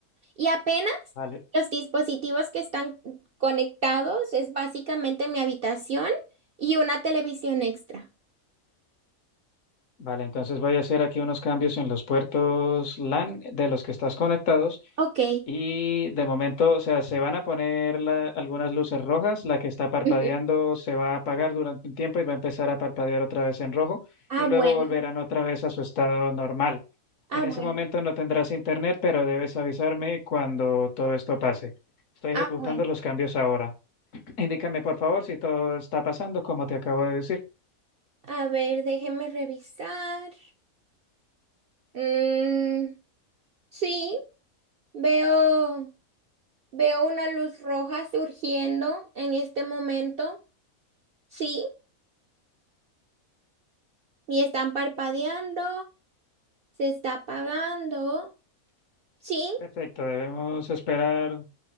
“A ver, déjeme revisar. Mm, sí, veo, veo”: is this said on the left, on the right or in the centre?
Right